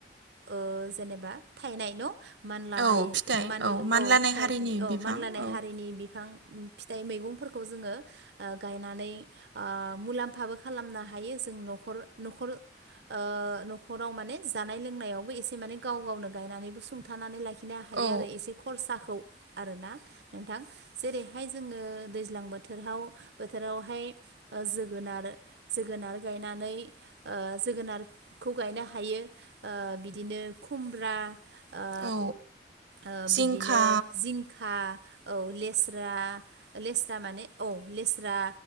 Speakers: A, on the right; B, on the right.
A: ओजेनेबा थाइनाय न' मानलानाय
B: औ फिथाइ
A: मान
B: मानलानाय
A: औ फिथाइफोर
B: हारिनि बिफां
A: औ मानलानाय
B: औ
A: हारिनि बिफां फिथाइ मैगंफोरखौ जोङो ओ गायनानै ओ मुलाम्फ थाबो खालामनो हायो जों न'खर न'खर ओ न'खराव माने जानाय लोंनायावबो एसे माने गाव गावनो गायनानैबो सं थानानै लाखिनो हायो
B: औ
A: आरो एसे खरसाखौ आरो ना नोंथां! जेरैहाय जोङो दैज्लां बोथोराव बोथोरावहाय ओ जो गोनारो जोगोनार गायनानै ओ जोगोनारखौ गायनो हायो ओ बिदिनो खुमब्रा। ओ
B: औ
A: ओ
B: जिंखा
A: बिदिनो जिंखा औ लेस दा लेस्रा माने औ लेस्रा